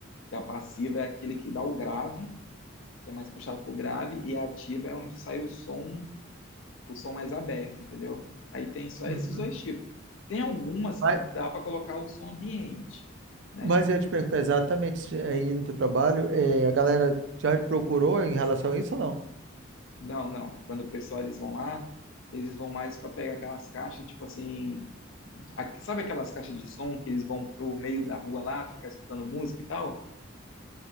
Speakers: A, on the left; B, on the right.
A: Que a passiva é aquele que dá o grave, que é mais puxado pro grave, e a ativa é onde sai o som, o som mais aberto, entendeu? Aí tem só
B: Uhum.
A: esses dois tipos. Tem algumas
B: Mas,
A: que dá para colocar o som ambiente, né?
B: mas eu ia te perguntar exatamente se aí no teu trabalho, eh, a galera já te procurou em relação a isso ou não?
A: Não, não. Quando o pessoal eles vão lá, eles vão mais para pegar aquelas caixas, tipo assim, a- sabe aquelas caixas de som que eles vão pro meio da rua lá, ficar escutando música e tal?